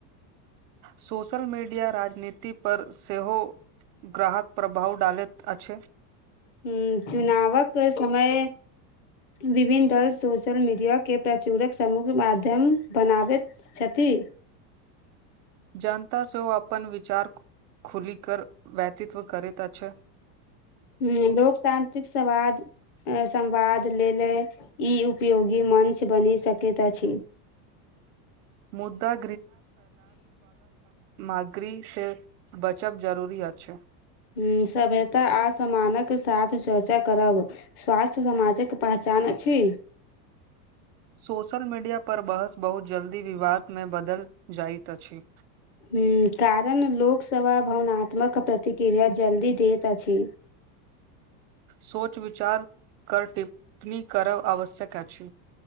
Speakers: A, on the right; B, on the left.
A: सोशल मीडिया राजनीति पर सेहो ग्राहक प्रभाव डालैत अछि
B: ह चुनावक समय विभिन्न दल सोशल मीडिया के प्रचुरक समग्र माध्यम बनाबैत छथि <inaudible>
A: जनताँ सेहो अपन विचार खुलि कर व्यक्तित्व करैत अछि
B: ह लोकतांत्रिक संवाद संवाद लेल ई उपयोगी मञ्च बनि सकैत अछि
A: मुद्दा मगरी से बचब जरूरी अछि
B: ह सभ्यता आ समानक साथ चर्चा करब स्वास्थ्य समाजक पहचान अछि
A: सोशल मीडिया पर बहस बहुत जल्दी विवाद मे बदल जाइत अछि
B: ह कारण लोकसभा भावनात्मक प्रतिक्रिया जल्दी दैत अछि <inaudible>
A: सोच विचार कर टिप्पणी करब आवश्यक अछि